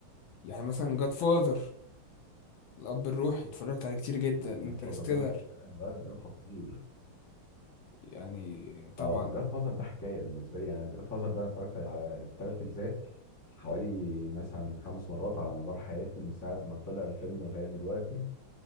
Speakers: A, on the left; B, on the left.
A: يعني مثلا جاد فاذر الاب الروحي اتفرجت عليه كتير جدا انترستيلر
B: جاد فازر ده ما فيش كلام ده ده خطير
A: يعني طبعا
B: اه جاد فازر ده حكايه بالنسبه لي يعني جاد فازر ده انا اتفرجت على الثلاث اجزاء حوالي مثلا خمس مرات على مدار حياتي من ساعه ما طلع الفيلم لغايه دلوقتي